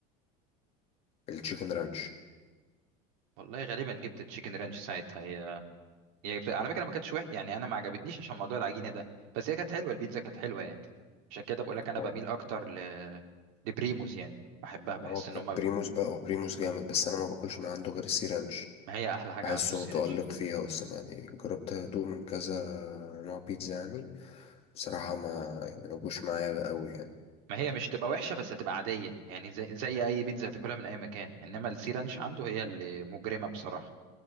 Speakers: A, on the left; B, on the right.
A: التشيكن رانش
B: والله غالبا جبت تشيكن رانش ساعتها هي هي جبت على فكره ما كانتش وحش يعني انا ما عجبتنيش عشان موضوع العجينه ده بس هي كانت حلوه البيتزا كانت حلوه يعني عشان كده بقولك انا
A: هو
B: بميل اكتر ل لبريموز يعني بحبها بحس
A: ما هو
B: ان هما بي-
A: بريموس بقى هو بريموس جامد بس انا ما باكلش من عنده غير السي رانش
B: ما هي احلى حاجه
A: بحسه
B: عنده السيرنج
A: متألق فيها اصلا يعني جربت ادوق من كذا نوع بيتزا يعني بصراحة ما يعني ما جوش معايا قوي يعني
B: ما هي مش هتبقى وحشه بس هتبقى عاديه يعني زي زي اي بيتزا هتاكلها من اي مكان انما السي رانش
A: مم.
B: عنده هي اللي مجرمه بصراحه